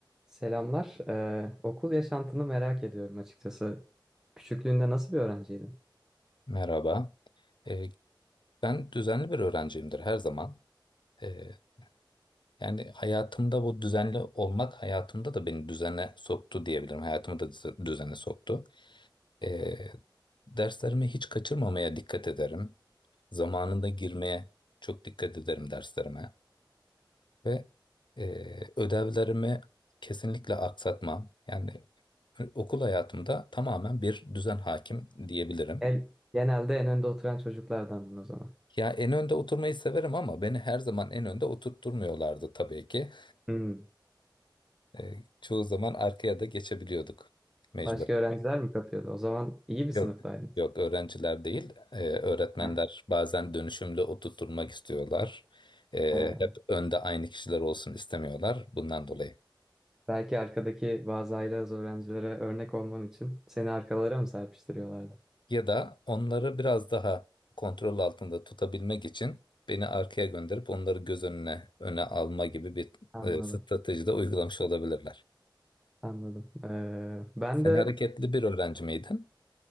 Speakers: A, in the centre; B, on the left.
A: Selamlar. Ee, okul yaşantını merak ediyorum açıkçası. Küçüklüğünde nasıl bir öğrenciydin?
B: Merhaba. Ee, ben düzenli bir öğrenciyimdir her zaman. Ee, yani hayatımda bu düzenli olmak hayatımda da beni düzene soktu diyebilirim. Hayatımı da düze- düzene soktu. Ee, derslerimi hiç kaçırmamaya dikkat ederim. Zamanında girmeye çok dikkat ederim derslerime. Ve e, ödevlerimi kesinlikle aksatmam. Yani e, okul hayatımda tamamen bir düzen hakim diyebilirim.
A: En, genelde en önde oturan çocuklardandın o zaman.
B: Ya en önde oturmayı severim ama beni her zaman en önde oturtturmuyorlardı tabii ki.
A: Hmm.
B: E, çoğu zaman arkaya da geçebiliyorduk mecbur.
A: Başka öğrenciler mi kapıyordu? O zaman iyi bir
B: Yok.
A: sınıftaydınız.
B: Yok öğrenciler değil. E, öğretmenler
A: Heh,
B: bazen dönüşümlü oturtturmak istiyorlar. E,
A: he.
B: hep önde aynı kişiler olsun istemiyorlar bundan dolayı.
A: Belki arkadaki bazı aile az öğrencilere örnek olman için seni arkalara mı serpiştiriyorlardı?
B: Ya da onları biraz daha kontrol altında tutabilmek için beni arkaya gönderip onları göz önüne öne alma gibi bir
A: Anladım,
B: e, strateji de uygulamış olabilirler.
A: anladım. Ee, ben
B: Sen
A: de
B: hareketli bir öğrenci miydin?